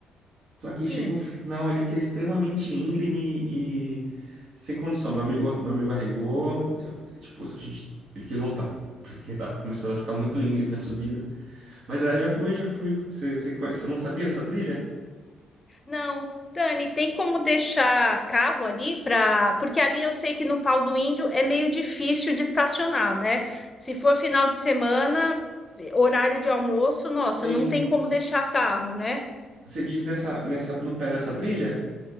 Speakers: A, on the right; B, on the left.
A: Só que
B: Sim.
A: chega um final ali que é extremamente íngreme e sem condição. Meu amigo, meu amigo arregou, eu- tipo, a gente, ele quis voltar. Porque tava começando a ficar muito íngreme a subida. Mas aí eu já fui, já fui. Você, você, conhe- você não sabia dessa trilha?
B: Não, Dani, tem como deixar carro ali para. Porque ali eu sei que no Pau do Índio é meio difícil de estacionar, né? Se for final de semana, horário de almoço, nossa,
A: tem
B: não tem como deixar carro, né?
A: Você diz nessa, nessa, no pé dessa trilha?